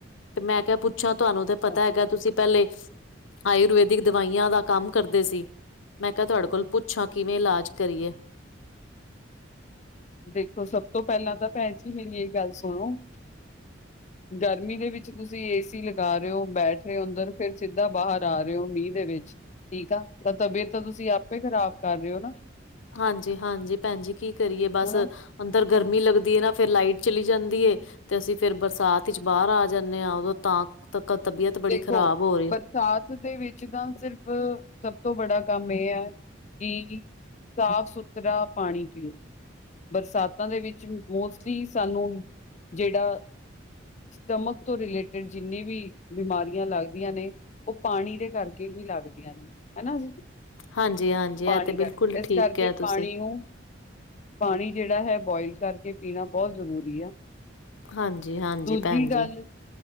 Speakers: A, on the left (about 80°); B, on the left (about 35°).
A: ਤੇ ਮੈਂ ਕਿਹਾ ਪੁੱਛਾਂ ਤੁਹਾਨੂੰ ਤੇ
B: ਅੱਛਾ।
A: ਪਤਾ ਹੈਗਾ ਤੁਸੀਂ- ਪਹਿਲੇ ਆਯੁਰਵੇੈਦਿਕ ਦਵਾਈਆਂ ਦਾ ਕੰਮ ਕਰਦੇ ਸੀ। ਮੈ ਕਿਹਾ ਤੁਹਾਡੇ ਕੋਲੋਂ ਪੁੱਛਾਂ ਕਿਵੇ ਇਲਾਜ ਕਰੀਏ-
B: ਦੇਖੋ ਸਭ ਤੋ ਪਹਿਲਾ ਤਾਂ ਭੈਣਜੀ ਮੇਰੀ ਗੱਲ ਸੁਣੋ- ਗਰਮੀ ਦੇ ਵਿਚ ਤੁਸੀ ਏਸੀ ਲਗਾ ਰਹੇ ਹੋ ਬੈਠ ਰਹੇ ਹੋ ਅੰਦਰ ਫੇਰ ਸਿਧਾ ਬਾਹਰ ਆ ਰਹੇ ਹੋ ਮੀਂਹ ਦੇ ਵਿਚ- ਠੀਕ ਆ ਤਾਂ ਤਬੀਅਤ ਤੁਸੀ ਆਪੇ ਖਰਾਬ ਕਰ ਰਹੇ ਹੋ ਨਾ-
A: ਹਾਂਜੀ- ਹਾਂਜੀ ਭੈਣਜੀ ਕੀ ਕਰੀਏ ਬਸ-
B: ਹਨਾ।
A: ਅੰਦਰ ਗਰਮੀ ਲਗਦੀ ਹੈ ਨਾ ਫਿਰ ਲਾਈਟ ਚਲੀ ਜਾਂਦੀ ਏ- ਤੇ ਅਸੀ ਫਿਰ ਬਰਸਾਤ ਵਿਚ ਬਾਹਰ ਆ ਜਾਦੇ ਹਾਂ ਉਦੋ ਤਾਂ- ਤਕ ਤਬੀਅਤ-
B: ਦੇਖੋ
A: ਬੜੀ ਖ਼ਰਾਬ ਹੋ ਰਹੀ ਹੈ
B: ਪਰ ਸਾਥ ਦੇ ਵਿਚ ਤਾਂ ਸਿਰਫ ਸਭ ਤੋ ਬੜਾ ਕੰਮ ਇਹ ਹੈ। ਕਿ- ਸਾਫ ਸੁਥਰਾ ਪਾਣੀ ਪੀਓ- ਬਰਸਾਤਾਂ ਦੇ ਵਿਚ ਮੋਸਟਲੀ ਸਾਨੂੰ ਜੇੜਾ- ਸਟਮਕ ਤੋਂ ਰਿਲੇਟਿਡ ਜਿੰਨੇ ਵੀ- ਬਿਮਾਰੀਆਂ ਲੱਗਦੀਆਂ ਨੇ ਉਹ ਪਾਣੀ ਦੇ ਕਰਕੇ ਹੀ ਲੱਗਦੀਆਂ ਨੇ ਹੈਨਾ ਜੀ-
A: ਹਾਂਜੀ-ਹਾਂਜੀ
B: ਪਾਨੀ
A: ਇਹ ਤੇ
B: ਕਰਕੇ
A: ਬਿਲਕੁਲ
B: ਇਸ
A: ਠੀਕ
B: ਕਰਕੇ
A: ਕਿਹਾ ਤੁਸੀਂ
B: ਪਾਣੀ ਨੂੰ- ਪਾਣੀ ਜੇਹੜਾ ਹੈ ਬੋਆਇਲ ਕਰਕੇ ਪੀਣਾ ਬਹੁਤ ਜਰੂਰੀ ਆ-
A: ਹਾਂਜੀ-ਹਾਂਜੀ
B: ਦੂਜੀ
A: ਭੈਣ
B: ਗੱਲ
A: ਜੀ